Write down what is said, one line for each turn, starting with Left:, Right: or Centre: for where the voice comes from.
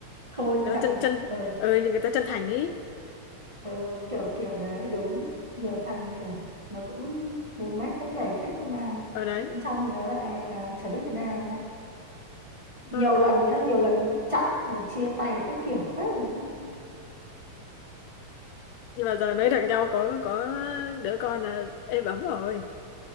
Right: thôi nhưng
Left: người
Right: thật
Left: ta chân
Right: là
Left: chân
Right: ừ,
Left: ờ nhưng người ta chân thành ý
Right: ừ, kiểu kiểu đấy đúng nhiều thằng kiểu nó cũng một mét các nhảy phết nhưng mà
Left: ở đấy
Right: bên trong thì nó lại à, chả biết thế nào nhiều
Left: thôi, thà
Right: lần nhá nhiều lần chặn rồi chia tay các kiểu phết rồi
Left: nhưng mà giờ nói được nhau có có đứa con là êm ấm rồi